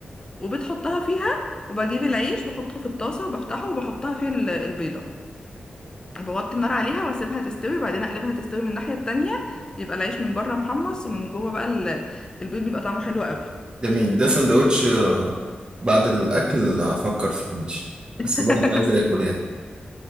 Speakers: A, on the left (about 20°); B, on the right (about 25°).
A: وبتحطها فيها وبجيب العيش بحطه في الطاسه وبفتحه وبحطها فيه ال- البيضه بوطي النار عليها واسيبها تستوي بعدين اقلبها تستوي من الناحيه التانية يبقى العيش من بره محمص ومن جوه بقى ال- البيض بيبقى طعمه حلو قوي
B: جميل ده سندوتش آه، بعد الاكل افكر فيه ماشي بس
A: <laughs>
B: برضه عايز اكل يعني